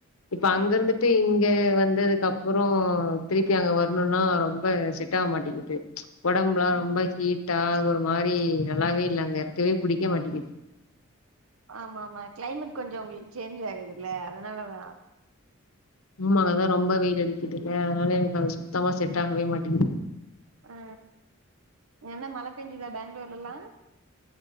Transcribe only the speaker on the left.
இப்ப அங்க
இருந்துட்டு இங்க வந்ததுக்கு அப் றோ திருப்பி அங்க வரணுனா ரொம்ப செட்டாவ மாட்டிகிது ஒடம்புலா
ரொம்ப ஹீட்டா அது ஒரு மாரி நல்லாவே இல்ல அங்க இருக்கவே புடிக்க மாட்டிகிது
ம்மாங்க அதா ரொம்ப வெயில் அடிக்குதுல்ல அதனால எனக்கு அது சுத்தமா செட் ஆகவே மாட்டிங்குது